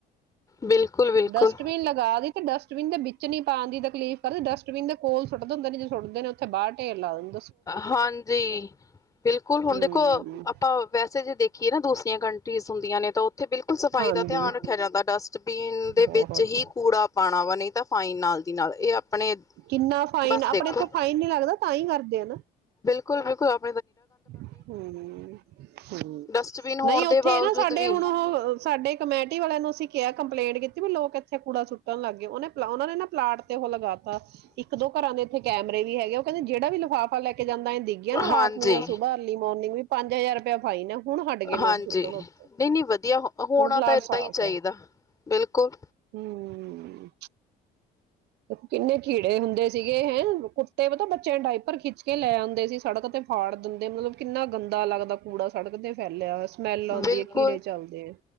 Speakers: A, on the left (about 20°); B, on the right (about 75°).
A: ਬਿਲਕੁਲ ਬਿਲਕੁਲ
B: ਡਸਟਬਿਨ ਲਗਾ ਦੀ, ਤੇ ਡਸਟਬਿਨ ਦੇ ਪਾਣ ਦੀ ਤਕਲੀਫ਼ ਕਰ ਡਸਟਬਿਨ ਹੋਲ <inaudible> ਸੁੱਟ ਹੁੰਦੇ ਨੇ ਜੇ <inaudible> ਸੁੱਟਦੇ ਓਥੇ ਬਾਹਰ ਢੇਰ ਲਾ ਦਿੰਦੇ ਨੇ।
A: ਹਾਂਜੀ। ਬਿਲਕੁਲ ਹੁਣ
B: ਹਮ
A: ਦੇਖੋ, ਆਪਾਂ ਵੈਸੇ ਜੇ ਦੇਖੀਏ ਨਾ ਦੂਸਰੀਆਂ ਕੰਟਰੀਜ਼ ਹੁੰਦੀਆਂ ਨੇ, ਤਾਂ ਉੱਥੇ ਬਿਲਕੁਲ ਸਫ਼ਾਈ
B: ਹਾਂਜੀ
A: ਦਾ ਧਿਆਨ ਰੱਖਿਆ ਜਾਂਦਾ ਡਸਟਬੀਨ ਦੇ
B: ਬਹੁਤ
A: ਵਿੱਚ ਹੀ ਕੂੜਾ ਪਾਣਾਵਾ, ਨਹੀਂ ਤਾਂ ਫਾਈਨ ਨਾਲ ਦੀ ਨਾਲ ਇਹ ਆਪਣੇ
B: ਕਿੰਨਾ ਫਾਈਨ?
A: ਬਸ
B: ਆਪਣੇ
A: ਦੇਖੋ
B: ਇੱਥੋਂ ਫਾਈਨ ਨੀ ਲੱਗਦਾ, ਤਾਂ ਹੀ ਕਰਦੇ ਦੇ ਨਾ <inaudible>
A: ਬਿੱਲਕੁਲ ਕੁਲ <inaudible>
B: ਹ ਹਮ
A: ਡਸਟਬਿਨ ਹੋਣ
B: ਨਹੀਂ ਉੱਥੇ
A: ਦੇ ਬਾਵਜੂਦ
B: ਨਾ ਸਾਡੇ
A: ਵੀ
B: ਹੁਣ ਉਹ ਸਾਡੇ ਕਮੇਟੀ ਵਾਲਿਆਂ ਨੂੰ ਅਸੀਂ ਕਿਹਾ, ਕੰਪਲੇਂਟ ਕੀਤੀ ਵੀ ਲੋਕ ਇੱਥੇ ਕੂੜਾ ਸੁੱਟਣ ਲੱਗ ਗਏ, ਉਹਨੇ ਉਹਨਾ ਨੇ ਨਾ ਪਲਾਟ <inaudible> ਉਹ ਲਗਾਤਾ ਇੱਕ ਦੋ ਘਰਾਂ ਦੇ ਇੱਥੇ ਕੈਮਰੇ ਵੀ ਹੈਗੇ, ਉਹ ਕਹਿੰਦੇ ਜਿਹੜਾ ਵੀ ਲਿਫਾਫਾ ਲੈ ਕੇ ਜਾਂਦਾ ਦਿੱਖ ਗਿਆ ਨਾ ਰਾਤ
A: ਹਾਂਜੀ।
B: ਜਾਂ ਸੁਬਾਹ ਅਰਲੀ ਮੋਰਨਿੰਗ ਵੀ ਪੰਜ -ਹਜ਼ਾਰ ਰੁਪਇਆ। ਫਾਈਨ ਹੈ ਹੁਣ ਹਟ ਗਏ
A: ਹਾਂਜੀ,
B: ਲੋਕ ਸੁੱਟਣ ਉੱਤੇ
A: ਨਹੀਂ -ਨਹੀਂ ਵਧੀਆ ਹੋਣਾ
B: ਹੁਣ ਪਲਾਟ
A: ਤਾਂ ਏਦਾਂ
B: ਸਾਫ਼
A: ਹੀ ਚਾਹੀਦਾ।
B: ਹੈ
A: ਬਿਲਕੁਲ।
B: ਹੂੰ ਕਿੰਨੇ ਕੀੜੇ ਹੁੰਦੇ ਸੀਗੇ ਹੈਂ, ਕੁੱਤੇ ਪਤਾ ਬੱਚਿਆਂ ਦੇ ਡਾਇਪਰ ਖਿੱਚ ਕੇ ਲੈ ਆਉਂਦੇ ਸੀ, ਸੜਕ ਤੇ ਫਾੜ ਦਿੰਦੇ ਮਤਲਬ, ਕਿੰਨਾ ਗੰਦਾ ਲੱਗਦਾ ਕੂੜਾ ਸੜਕ ਤੇ ਫੈਲਿਆ, ਸਮੈਲ ਆਉਂਦੀ
A: ਬਿਲਕੁਲ
B: ਹੈ ਕੀੜੇ ਚੱਲਦੇ ਆ।